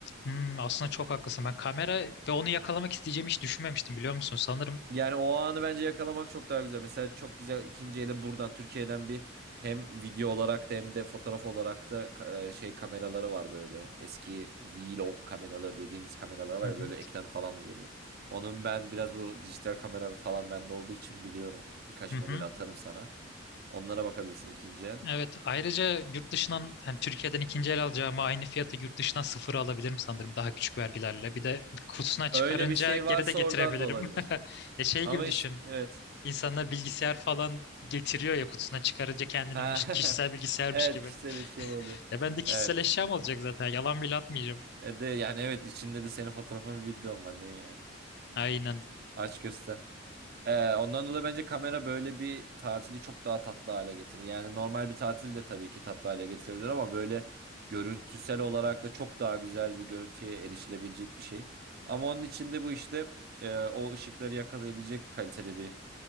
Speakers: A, on the left; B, on the right.
A: Hmm, aslında çok haklısın. Ben kamera ve onu yakalamak isteyeceğimi hiç düşünmemiştim biliyor musun? Sanırım.
B: Yani o anı bence yakalamak çok daha güzel. Mesela çok güzel ikinci ele buradan Türkiye'den bir hem video olarak da hem de fotoğraf olarak da e, şey kameraları var böyle. Eski vlog kameraları dediğimiz kameralar var
A: Hı hı,
B: ya böyle ekranı falan da dönüyor. Onun ben biraz bu dijital kamera falan bende olduğu için biliyorum. Birkaç
A: hı hı.
B: modeli atarım sana. Onlara bakabilirsin ikinci el.
A: Evet, ayrıca yurt dışından yani Türkiye'den ikinci el alacağıma aynı fiyatı yurt dışından sıfır alabilirim sanırım daha küçük vergilerle. Bir de kutusuna çıkarınca
B: Öyle bir şey
A: geri
B: varsa
A: de getirebilirim.
B: oradan da olabilir.
A: <laughs> Ya şey
B: Ama
A: gibi düşün.
B: işte evet.
A: İnsanlar bilgisayar falan getiriyor ya kutusuna çıkarınca kendinin
B: Ha, <laughs>
A: kişisel bilgisayarmış
B: evet
A: gibi.
B: kişisel eşya oluyor.
A: Ya ben de kişisel
B: Evet.
A: eşyam olacak zaten. Yalan bile atmayacağım.
B: E de yani evet içinde de senin fotoğrafın videon var ne yani.
A: Aynen.
B: Aç göster. E, ondan dolayı bence kamera böyle bir tatili çok daha tatlı hale getirir. Yani normal bir tatil de tabii ki tatlı hale getirebilir ama böyle görüntüsel olarak da çok daha güzel bir görüntüye erişilebilecek bir şey. Ama onun için de bu işte e, o ışıkları yakalayabilecek kalitede bir